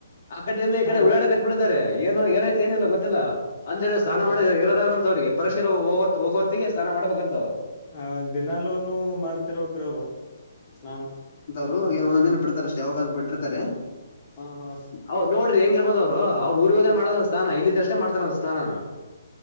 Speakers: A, on the left; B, on the left.
A: ಆ ಕಡಿಂದ ಈ
B: ಹಾ
A: ಕಡೆ ಉಳ್ಳಾಡ ಕತ್ಬಿಟ್ಟಿದ್ದಾರೆ ಏನು ಏನಾಯ್ತ ಏನಿಲ್ಲ ಗೊತ್ತಿಲ್ಲ. ಅಂದ್ರೆ ಸ್ನಾನ
B: ಹೌದ್ರಿ
A: ಮಾಡ ಇರೋದಾದ್ರಂತ ಅವ್ರಿಗೆ ಪರಿಶೀರ ಹೋಗೋ ಹೋಗೋವತ್ತಿಗೆ ಸ್ನಾನ ಮಾಡ್ಬೇಕಂತ ಅವ್ರು.
B: ಹ ದಿನಲ್ಲೂನು ಮಾಡ್ತಿರ್ಬೇಕ್ರೀ ಅವ್ರು ಸ್ನಾನ.
A: ರು ಏನೋ ಒಂದೂಂದ್ ದಿನ ಬಿಡ್ತಾರ ಅಷ್ಟ ಯಾವಾಗಾದ್ರು ಬಿಟ್ಟಿರ್ತಾರೆ.
B: ಅಹಾ
A: ಹ್ ನೋಡ್ರೀ ಹೆಂಗಿರ್ಬೋದ್ ಅವ್ರು ಊರಿಗೆ ಹೋದ್ರೇ ಮಾಡಲ್ಲ ಸ್ನನ ಇಲ್ಲಿದ್ರಷ್ಟೇ ಮಾಡ್ತಾರಂತ ಸ್ನನನ.